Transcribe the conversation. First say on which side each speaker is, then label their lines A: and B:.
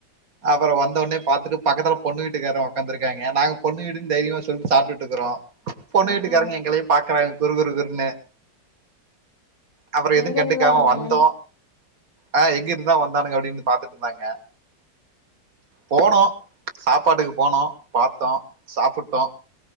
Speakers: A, on the right (about 55°); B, on the left (about 55°).
A: அப்பற வந்தவொனே பாத்துட்டு பக்கத்துல பொண்ணு விட்டு க்கார உக்காந்துருக்காங்க நாங்க பொண்ணு வீடு தைரியமா சொல்ட்டு சாப்ட்டுட்டு இருக்குறோ பொண்ணு
B: ஆ
A: விட்டுக்காரங்க
B: ஆ
A: எங்களையே பாக்குறாங்க குறுகுறு குறுன்னு அப்றோ எதுவூ
B: எங்க
A: கண்டுக்காம
B: இருந்துதா வந்தாங்கன்னு
A: வந்தோ ஆ எங்கிட்டுதா வந் தானுங்க அப்டின்னு பாத்துட்ருந்தாங்க போனோ சாப்பாட்டுக்கு போனோ பாத்தோ சாப்பிட்டோ